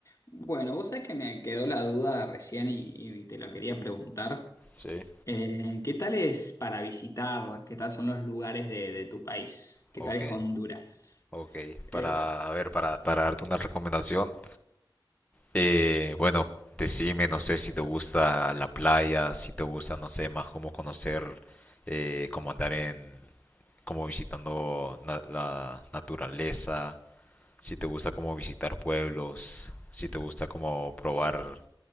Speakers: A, on the left; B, on the left.
A: Bueno, vos sabés que me quedó la duda recién y, y te lo quería preguntar.
B: Sí,
A: Eh, ¿qué tal es para visitar? ¿Qué tal son los lugares de, de tu país? ¿Qué
B: ok,
A: tal es Honduras?
B: ok.
A: Eh,
B: Para, a ver, para, para darte una recomendación, eh, bueno, decime, no sé, si te gusta la playa, si te gusta, no sé, más cómo conocer, eh, cómo andar en, como visitando na- la naturaleza, si te gusta como visitar pueblos, si te gusta como probar